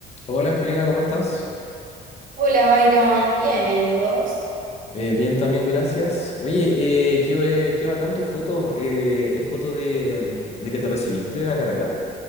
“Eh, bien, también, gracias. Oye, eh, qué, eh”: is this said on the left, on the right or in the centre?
Left